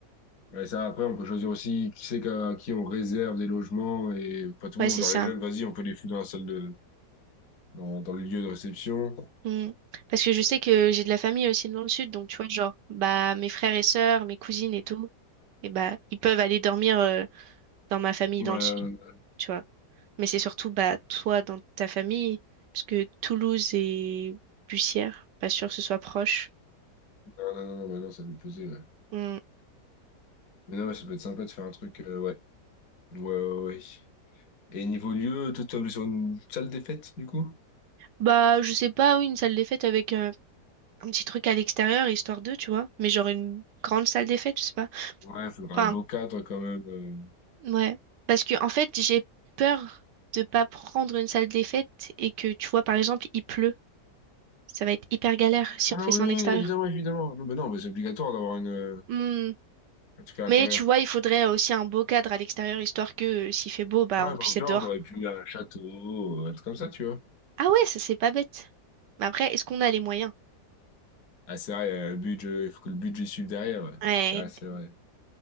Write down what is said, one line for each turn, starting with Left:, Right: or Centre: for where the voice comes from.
Left: Ouais, ça, après, on peut choisir aussi qui c'est qu'à- à qui on réserve des logements et pas tout
Right: Ouais,
Left: le monde.
Right: c'est
Left: Genre
Right: ça.
Left: les jeunes, vas-y, on peut les foutre dans la salle de, dans, dans le lieu de réception.
Right: Mm. Parce que je sais que j'ai de la famille aussi dans le sud, donc tu vois, genre, bah, mes frères et sœurs, mes cousines et tout, et bah, ils peuvent aller dormir euh, dans ma famille
Left: Ouais,
Right: dans
Left: ouais,
Right: le sud,
Left: ouais.
Right: tu vois. Mais c'est surtout, bah, toi dans ta famille, parce que Toulouse et Bussière, pas sûr que ce soit proche.
Left: non, non, non, non, bah non, ça nous posait, ouais.
Right: Hmm.
Left: Mais non, ouais, ça peut être sympa de faire un truc, euh, ouais. Ouais, ouais, ouais. Et niveau lieu, toi, tu sur une salle des fêtes, du coup?
Right: Bah, je sais pas, oui, une salle des fêtes avec euh, un petit truc à l'extérieur, histoire d'eux, tu vois. Mais genre une grande salle des fêtes, je sais pas.
Left: Ouais, il faudrait
Right: Enfin,
Left: un beau cadre quand même. euh.
Right: ouais. Parce que, en fait, j'ai peur de pas prendre une salle des fêtes et que, tu vois, par exemple, il pleut. Ça va être hyper galère si
Left: Ah
Right: on
Left: non,
Right: fait
Left: oui,
Right: ça
Left: oui,
Right: en extérieur.
Left: oui, évidemment, évidemment. Non, mais non, mais c'est obligatoire d'avoir une, euh,
Right: Hmm.
Left: un truc à l'intérieur.
Right: Mais tu vois, il faudrait aussi un beau cadre à l'extérieur, histoire que euh, s'il fait beau, bah,
Left: Là,
Right: on
Left: par
Right: puisse
Left: exemple,
Right: être dehors.
Left: on aurait pu un château, un truc comme ça, tu vois.
Right: Ah ouais, ça, c'est pas bête. Mais après, est-ce qu'on a les moyens?
Left: Ah, c'est vrai, euh, le budget, il faut que le budget suive derrière, ouais.
Right: Ouais.
Left: C'est vrai, c'est vrai.